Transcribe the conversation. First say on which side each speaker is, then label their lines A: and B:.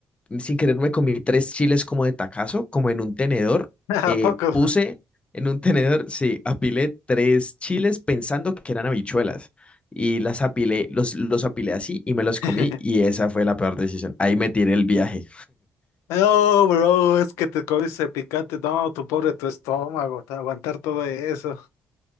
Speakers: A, on the left; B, on the left.
A: sin querer me comí tres chiles como de tacazo, como en un tenedor.
B: <laughs>
A: Eh,
B: ¿A poco?
A: puse en un <laughs> tenedor, sí, apilé tres chiles pensando que eran habichuelas y las apilé, los, los apilé así y me
B: <laughs>
A: los comí y esa fue la peor decisión. Ahí me tiré el viaje.
B: No, bro, es que te comiste picante. No, tu pobre tu estómago, te aguantar todo eso.